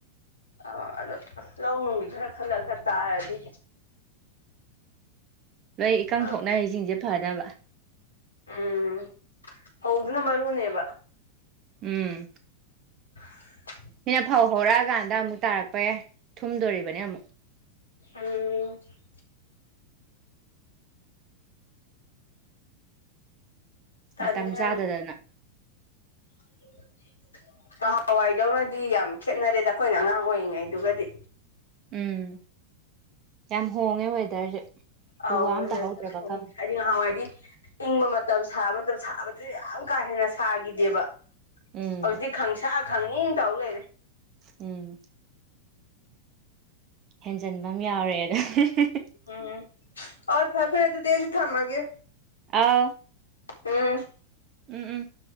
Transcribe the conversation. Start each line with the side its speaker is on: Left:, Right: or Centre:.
Left: ꯑ ꯑꯗꯣ ꯂꯧ ꯅꯨꯡꯒꯤ ꯈꯔ ꯈꯜꯂ ꯈꯔ ꯇꯥꯔꯗꯤ
Right: ꯂꯣꯏ ꯏꯀꯪ
Left: ꯐꯕ
Right: ꯊꯣꯛꯅꯔꯤꯁꯤꯡꯁꯦ ꯐꯅꯕ
Left: ꯎꯝ ꯐꯧꯗꯨꯅ ꯃꯔꯨꯅꯦꯕ
Right: ꯎꯝ
Left: <unintelligible>
Right: ꯁꯤꯅ ꯐꯧ ꯍꯧꯔꯛꯑꯀꯥꯟꯗ ꯑꯃꯨꯛ ꯇꯥꯔꯛꯄ ꯌꯥꯏ ꯊꯨꯝꯗꯣꯔꯤꯕꯅꯦ ꯑꯃꯨꯛ
Left: <unintelligible> ꯇꯜꯂꯦ
Right: ꯃꯇꯝ
Left: ꯌꯥꯝꯅ
Right: ꯆꯥꯗꯗꯅ
Left: <unintelligible> ꯅꯍꯥꯟꯋꯥꯏꯗꯧꯅꯗꯤ ꯌꯥꯝ ꯈꯦꯠꯅꯔꯦꯗ ꯑꯩꯈꯣꯏꯅ ꯑꯉꯥꯡ ꯑꯣꯏꯔꯤꯉꯩꯗꯨꯒꯗꯤ
Right: ꯎꯝ ꯌꯥꯝ ꯍꯣꯡꯉꯦ ꯋꯦꯗꯔꯁꯦ
Left: ꯑꯥꯎ
Right: ꯎ ꯋꯥ
Left: <unintelligible>
Right: ꯑꯝꯇ ꯍꯧꯗ꯭ꯔꯕ ꯈꯪꯗꯦ
Left: ꯅꯍꯥꯟꯋꯥꯏꯗꯤ ꯏꯪꯕ ꯃꯇꯝ ꯁꯥꯕ ꯃꯇꯝ ꯁꯥꯕꯗꯨꯁꯨ ꯌꯥꯝ ꯀꯥ ꯍꯦꯟꯅ ꯁꯥꯒꯤꯗꯦꯕ
Right: ꯎꯝ
Left: ꯍꯧꯖꯤꯛꯇꯤ ꯈꯪꯁꯥ ꯈꯪꯏꯡ ꯇꯧ ꯂꯩꯔꯦ
Right: ꯎꯝ ꯍꯦꯟꯖꯟꯕ ꯑꯝ ꯌꯥꯎꯔꯦꯑꯗꯣ <unintelligible>
Left: ꯎꯝ ꯑꯣꯏ ꯐꯔꯦ ꯐꯔꯦ ꯑꯗꯨꯗꯤ ꯑꯩꯁꯨ ꯊꯝꯃꯒꯦ
Right: ꯑꯥꯎ
Left: ꯎꯝ
Right: ꯎꯝ ꯎꯝ